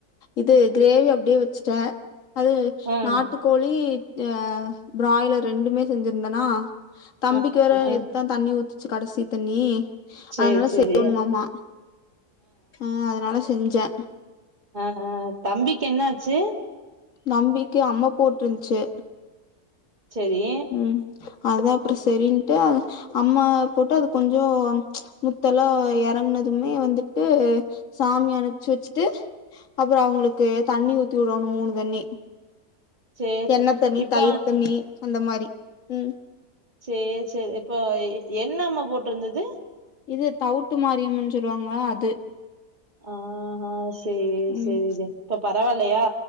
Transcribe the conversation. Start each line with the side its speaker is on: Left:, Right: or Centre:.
Left: இது கிரேவி அப்டியே வச்சுட்டே அது
Right: ம்
Left: நாட்டுக்கோழி அ பிராய்லர் ரெண்டுமே செஞ்சிருந்தேனா தம்பிக்கு
Right: ஆ
Left: வேற
Right: ஆ ஆ
Left: நேத் தா தண்ணி ஊத்துச்சு கடசி தண்ணி
Right: சேரி
Left: அதனால
Right: சேரி
Left: செய் யோன்மாம ஆ அதனால செஞ்சே
Right: அ ஆ தம்பிக்கு என்ன ஆச்சு
Left: நம்பிக்கு அம்ம போட்ருந்துச்சு
Right: செரி
Left: ம் அதா அப்புறம் சரின்ட்டு அம்ம போட்டு அது கொஞ்சோ முத்தலா எறங்கனதுமே வந்துட்டு சாமி அனுப்புச்சு வச்சுட்டு அப்புறம் அவங்களுக்கு தண்ணி ஊத்தி வுடேனும் மூணு தண்ணி
Right: சேரி
Left: தெண்ணெ
Right: சேரி
Left: தண்ணி
Right: இப்ப
Left: தயிர் தண்ணி அந்த மாரி ம்
Right: சேர் செரி இப்போ என்ன அம்ம போட்டிருந்தது
Left: இது தவுட்டு மாரியம்ன்னு சொல்லுவாங்களா அது
Right: அ ஆ சேர்
Left: ம்
Right: செரிதே இப்ப பரவாயில்லையா